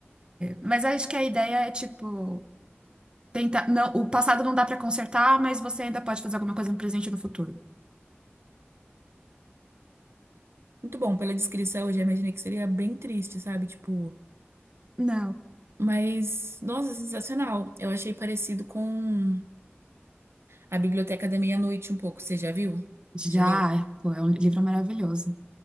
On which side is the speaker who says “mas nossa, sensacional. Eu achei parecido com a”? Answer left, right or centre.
Right